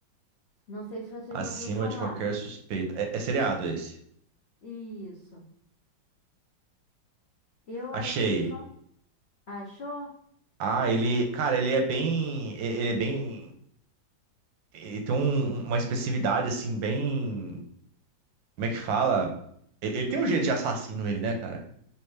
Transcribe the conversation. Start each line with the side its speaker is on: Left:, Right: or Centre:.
Left: Não sei se você
Right: acima
Left: já ouviu falar.
Right: de qualquer suspeita. É, é seriado esse?
Left: Isso. Eu achei
Right: Achei.
Left: fantástico. Achou?
Right: Ah, ele, cara, ele é bem, e- ele é bem, ele tem um- uma expressividade assim bem, como é que fala? E- Ele tem um jeito de assassino ele, né, cara?